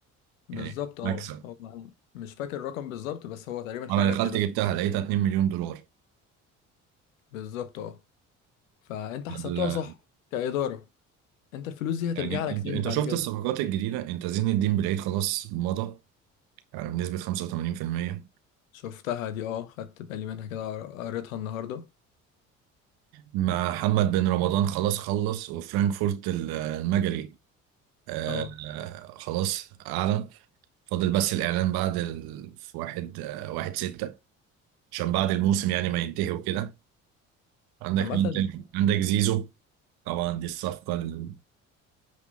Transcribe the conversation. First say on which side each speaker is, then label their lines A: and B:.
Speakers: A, on the left; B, on the right.
A: بالظبط
B: يعني
A: اه
B: مكسب
A: هو أنا مش فاكر الرقم بالظبط بس هو تقريبا حاجة
B: انا دخلت
A: كده
B: جبتها لقيتها 2 مليون دولار
A: بالظبط اه فانت حسبتها
B: ال-
A: صح كإدارة انت الفلوس دي هترجع
B: يعني
A: لك
B: انت
A: تاني
B: انت
A: بعد
B: شفت
A: كده
B: الصفقات الجديده انت زين الدين بالعيد خلاص مضى يعني بنسبه 85%
A: شفتها دي اه خدت بالي منها كده قر- قريتها النهاردة
B: مع محمد بن رمضان خلاص خلص وفرانكفورت ال- المجري آه،
A: اه
B: آه، خلاص أعلن فاضل بس الإعلان بعد ال... في واحد آه، واحد ستة عشان بعد الموسم يعني ما ينتهي وكده عندك
A: عامة
B: مين تاني؟ عندك زيزو طبعا دي الصفقة ال...